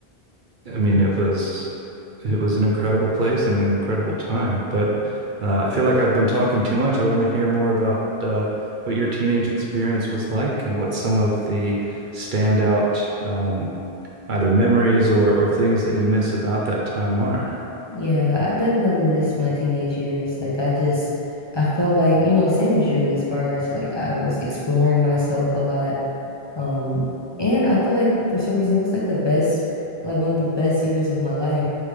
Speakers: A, on the right; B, on the left.
A: I mean, it was it was an incredible place and an incredible time. But uh, I feel like I've been talking too much. I want to hear more about uh, what your teenage experience was like and what some of the standout um, either memories or or things that you miss about that time are.
B: Yeah, I definitely miss my teenage years. Like I just I felt like, you know, same as you as far as like I was exploring myself a lot. Um and I feel like for some reason it was like the best like one of the best years of my life